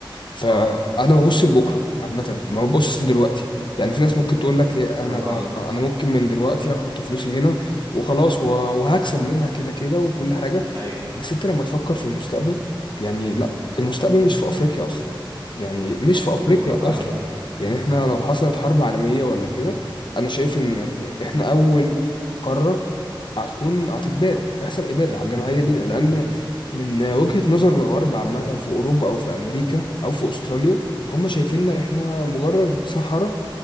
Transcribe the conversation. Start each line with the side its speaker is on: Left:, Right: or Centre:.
Left: فأنا
Right: طبعا
Left: ببص لبكرة عامة ما ببصش
Right: <laughs>
Left: لدلوقتي يعني في ناس ممكن تقول لك ليه
Right: برافو
Left: انا ب...
Right: عليك
Left: انا ممكن من دلوقتي احط فلوسي هنا وخلاص و... وهكسب منها كده كده وكل حاجه
Right: ايوه
Left: بس انت لما تفكر في المستقبل يعني لا
Right: مم.
Left: المستقبل مش في افريقيا اصلا يعني مش
Right: مظبوط
Left: في افريقيا
Right: برافو عليك
Left: اصلا يعني احنا
Right: برافو
Left: لو
Right: عليك
Left: حصلت حرب عالمية ولا كده انا شايف ان
Right: مم.
Left: احنا اول قارة هتكون هتتباد هيحصل ابادة
Right: مم.
Left: جماعية لينا
Right: مم.
Left: لان
Right: مم.
Left: من وجهة نظر الغرب عامة في اوروبا او في امريكا او في استراليا هم شايفيننا احنا مجرد صحراء